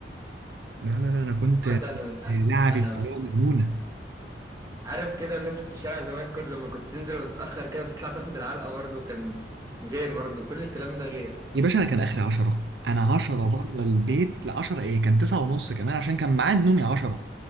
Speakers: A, on the right; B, on the right.
A: لا لا لا انا كنت
B: عامة <laughs> انا
A: لعبي
B: أنا
A: بطريقه مجنونه
B: عارف كده نزلة الشارع زمان كل لما كنت تنزل وتتأخر كده وتطلع تاخد العلقة برضه كان غير برضه كل الكلام ده غير
A: يا باشا انا كان اخري 10 انا 10 بره البيت ل 10 ايه كان 9 ونص كمان عشان كان ميعاد نومي 10